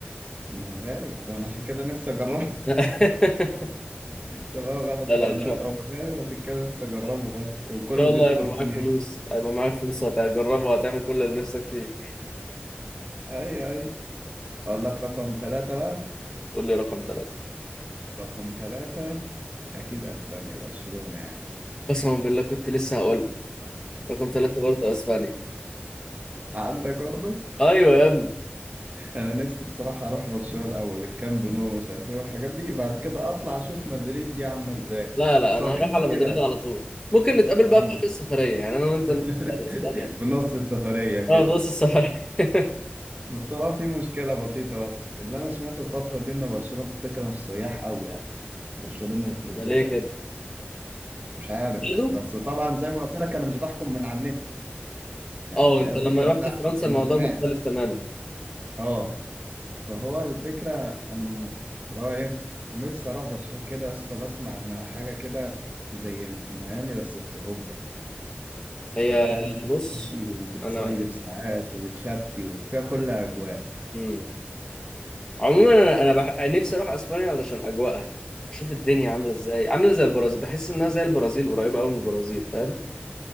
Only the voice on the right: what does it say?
ما هو غالي بقى، وانا عشان كده نفسي اجربه
طبعا غلط
انا
هو جامد عشان كده لسه اجربه بس وكله
بيشكر
فيه
يعني.
ايوه ايوه اقول لك رقم ثلاثة بقى
رقم ثلاثة اكيد اسبانيا برشلونة يعني
عندك برضه
انا نفسي بصراحة اروح برشلونة الاول الكامب نو مش عارف ايه والحاجات دي بعد كده اطلع اشوف مدريد دي عاملة ازاي
بس
هو
في مشكلة
طبعا
<laughs>
في نص السفرية
كده
بس هو في مشكلة بسيطة بس اللي انا سمعته الفترة دي ان برشلونة بتكره السياح قوي يعني برشلونة بالذات
مش عارف
بس طبعا زي ما قلت لك انا مش بحكم من على النت يعني
هي
الفكره
مش
بحكم
انا
سمعت
اه فهو الفكره انا م- اللي هو ايه هم لسه رعب شويه كده يا اسطى بسمع ان حاجه كده زي ميامي بس في اوروبا
فتخيل جو
أوروبي وبتصيف
ساعات وبتشتي وفيها كل اجواء